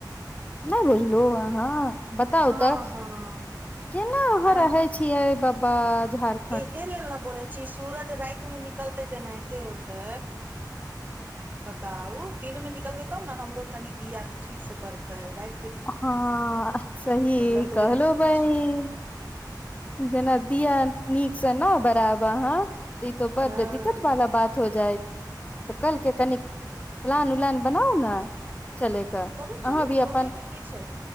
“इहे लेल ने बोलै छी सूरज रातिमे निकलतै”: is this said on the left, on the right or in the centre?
Right